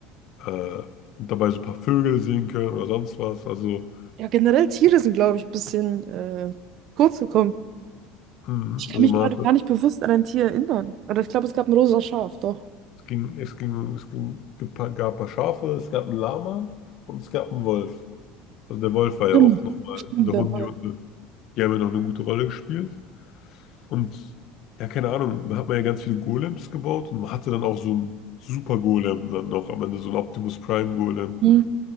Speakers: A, on the left (about 55°); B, on the right (about 50°).
A: äh, und dabei so ein paar Vögel sehen können oder sonst was. Also,
B: ja generell Tiere sind, glaube ich, ein bisschen äh, kurz gekommen.
A: mh,
B: Ich kann
A: also
B: mich
A: man
B: gerade
A: hat
B: gar nicht bewusst an ein Tier erinnern. Oder ich glaube, es gab ein rosa Schaf, doch.
A: Es ging, es ging, es ging, gab ein paar Schafe, es gab einen Lama und es gab einen Wolf. Also der Wolf war
B: Stimmt,
A: ja auch nochmal,
B: stimmt,
A: also
B: der
A: Hunde,
B: Wolf.
A: die Hunde, die haben ja noch eine gute Rolle gespielt. Und ja, keine Ahnung, da hat man ja ganz viele Golems gebaut und man hatte dann auch so einen Super Golem dann noch am Ende, so einen Optimus Prime Golem.
B: Hm.